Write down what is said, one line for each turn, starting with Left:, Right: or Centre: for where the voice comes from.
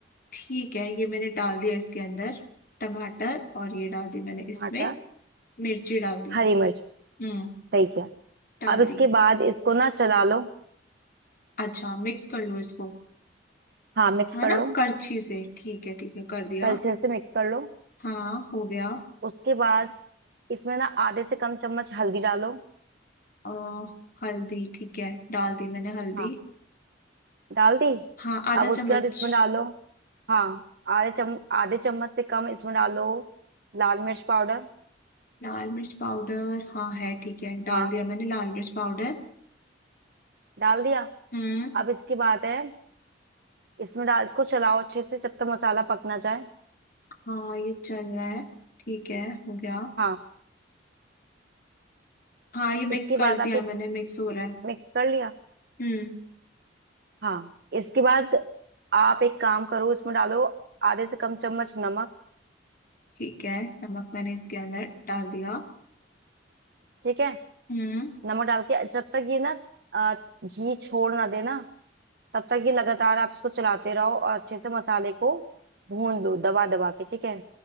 Left: ठीक है ये मैंने डाल दिया इसके अंदर टमाटर और ये डाल दी मैंने इसमें
Right: टमाटर
Left: मिर्ची डाल दी
Right: हरी मिर्च
Left: हम्म
Right: सही किया
Left: डाल
Right: अब इसके
Left: दी
Right: बाद इसको ना चला लो
Left: अच्छा मिक्स कर लो इसको
Right: हाँ मिक्स
Left: है
Right: कर
Left: ना
Right: लो
Left: करछी से ठीक है ठीक है कर दिया
Right: कलछे से मिक्स कर लो
Left: हाँ हो गया
Right: उसके बाद इसमें ना आधे से कम चम्मच हल्दी डालो
Left: अ, हल्दी ठीक है डाल दी मैंने हल्दी
Right: हाँ डाल दी
Left: हाँ आधा
Right: अब उसके
Left: चम्मच
Right: बाद इसमें डालो हाँ आधे चम आधे चम्मच से कम इसमें डालो लाल मिर्च पाउडर
Left: लाल मिर्च पाउडर हाँ है ठीक है डाल
Right: हाँ
Left: दिया मैंने लाल मिर्च पाउडर
Right: डाल दिया
Left: हम्म
Right: अब इसकी बात है इसमें डाल इसको चलाओ अच्छे से जब तक मसाला पकना जाए
Left: हाँ ये चल रहा है ठीक है हो गया
Right: हाँ
Left: हाँ ये मिक्स
Right: इसके
Left: कर
Right: बाद
Left: दिया
Right: आप एक
Left: मैंने मिक्स हो रहा है
Right: मिक्स कर लिया
Left: हम्म
Right: हाँ इसके बाद आप एक काम करो इसमें डालो आधे से कम चम्मच नमक
Left: ठीक है नमक मैंने इसके अंदर डाल दिया
Right: ठीक है
Left: हम्म
Right: नमक डाल के जब तक ये ना अ, घी छोड़ ना देना तब तक ये लगातार आप इसको चलाते रहो और अच्छे से मसाले को भून दो दबा दबा के ठीक है